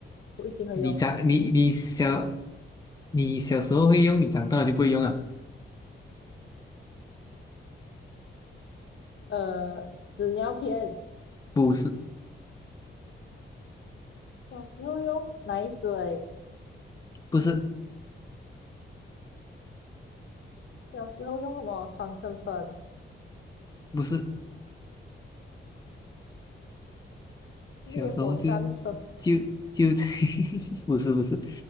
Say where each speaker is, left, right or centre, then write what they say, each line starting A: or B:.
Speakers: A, on the left; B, on the left.
A: 我一定会用。
B: 你长你你小你小时候会用，你长大了就不会用了，
A: 呃，纸尿片，
B: 不是，
A: 小时候用奶嘴，
B: 不是，
A: 小时候用什么爽身粉、
B: 不是，
A: 烈火战车，
B: 小时候就就就在 <laughs>，不是不是，